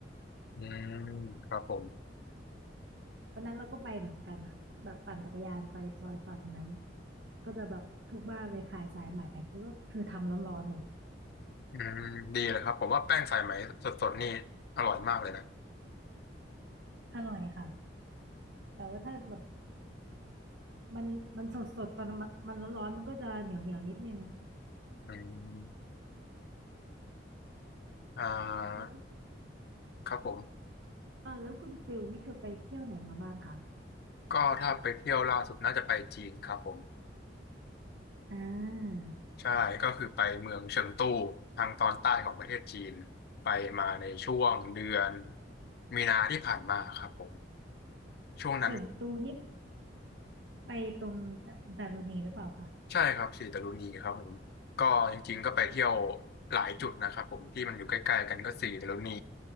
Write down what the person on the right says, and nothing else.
วันนั้นเราก็ไปเหมือนกันค่ะก็แบบปั่นจักรยานไปซอยฝั่งนั้นก็จะแบบทุกบ้านเลยขายสายไหมคือก็คือทำร้อนๆเลย
อร่อยค่ะแต่ว่าถ้าแบบมันมันสดๆตอนมันมันร้อนๆมันก็จะเหนียวเหนียวนิดนึง
แล้ว
อ่าแล้วคุณฟิลนี่คือไปเที่ยวไหนมาบ้างคะ
อ่า
เฉิงตูนี่ ไปตรงดารุณีหรือเปล่าคะ